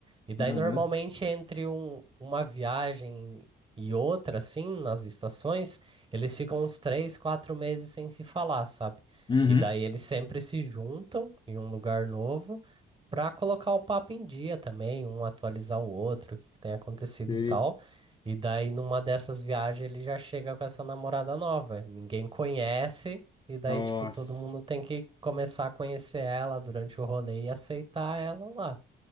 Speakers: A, on the right (about 25°); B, on the left (about 25°).
A: E daí,
B: Aham.
A: normalmente, entre um- uma viagem e outra, assim, nas estações, eles ficam uns três, quatro meses sem se falar, sabe?
B: Uhum.
A: E daí eles sempre se juntam em um lugar novo para colocar o papo em dia também, um atualizar o outro, o que que tem acontecido
B: Sei.
A: e tal. E daí, numa dessas viagens, ele já chega com essa namorada nova. Ninguém conhece, e daí,
B: Nossa.
A: tipo, todo mundo tem que começar a conhecer ela durante o rolê e aceitar ela lá.